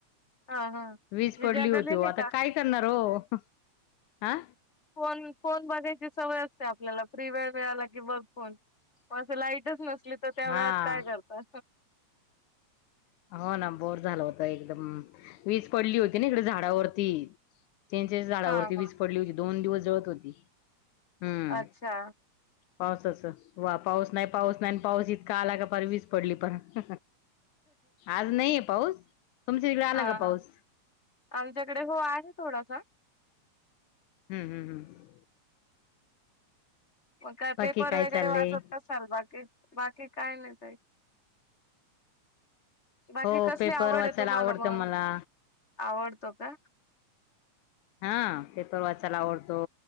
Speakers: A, on the left (about 20°); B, on the left (about 85°).
A: हा हा म्हणजे
B: वीज पडली
A: जनरली
B: होती हो.
A: नाही
B: आता
A: का?
B: काय करणार हो? हा?
A: फोन फोन बघायची सवय असते आपल्याला. फ्री वेळ मिळाला की बघ फोन. पण आता लाईटच नसली तर त्या
B: हा
A: वेळात काय करता?
B: हो ना बोर झालं होत एकदम. वीज पडली होती ना इकडे झाडावरती, चिंचेच्या झाडावरती
A: हा हा
B: वीज पडली होती. दोन दिवस जळत होती. हम्म
A: अच्छा.
B: पावसाच, वा पाऊस नाही, पाऊस नाही आणि पाऊस इतका आला कि पार वीज पडली परत. आज नाहीये पाऊस, तुमच्या तिकडे आला
A: हा
B: का पाऊस?
A: आमच्याकडे हो आहे थोडासा.
B: हम्म हम् हम्.
A: मग काय
B: बाकी
A: पेपर वगैरे
B: चाललंय
A: वाचत अस चल बाकी? बाकी काय नाही ताई. बाकी
B: हो
A: कसली
B: पेपर
A: आवड
B: वाचायला
A: आहे तुम्हाला
B: आवडतं
A: मग?
B: मला
A: आवडतो का?
B: हा पेपर वाचायला आवडतो,